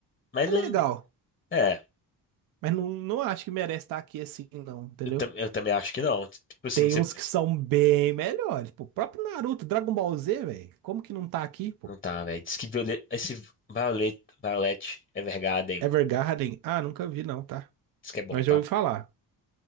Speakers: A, on the left; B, on the right.
A: mas
B: É
A: não.
B: legal.
A: É,
B: Mas não, não acho que merece estar aqui assim, não, entendeu?
A: eu, tam- eu também acho que não. Tipo assim,
B: Tem
A: você.
B: uns que são bem melhores. Pô, o próprio Naruto, Dragon Ball Z, velho. Como que não tá aqui, pô?
A: Não tá, velho. Diz que Violet, esse Violet, Violet Evergarden.
B: Evergarden. Ah, nunca vi, não, tá?
A: Diz que é bom,
B: Mas
A: tá?
B: já ouvi falar.